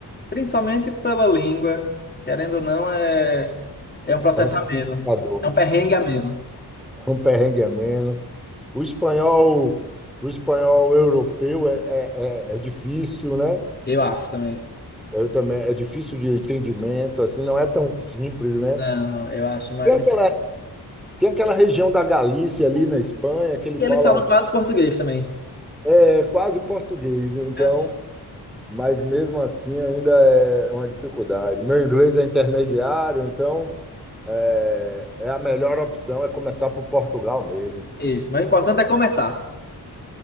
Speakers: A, on the left (about 25°); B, in the centre.
A: Principalmente pela língua, querendo ou não, é, é um processo
B: é um facilitador,
A: a menos. É um perrengue a menos,
B: é um perrengue a menos. O espanhol, o espanhol europeu é, é, é é difícil, né?
A: eu acho também.
B: Eu também, é difícil de entendimento, assim, não é tão simples, né?
A: Não, eu acho mais
B: Tem aquela,
A: difícil.
B: tem aquela região da Galícia ali na Espanha que ele
A: E
B: fala
A: eles falam
B: um
A: quase português também.
B: É quase português, então,
A: Aham.
B: mas mesmo assim ainda é uma dificuldade. Meu inglês é intermediário, então é, é a melhor opção é começar por Portugal mesmo.
A: Isso, mas o importante é começar.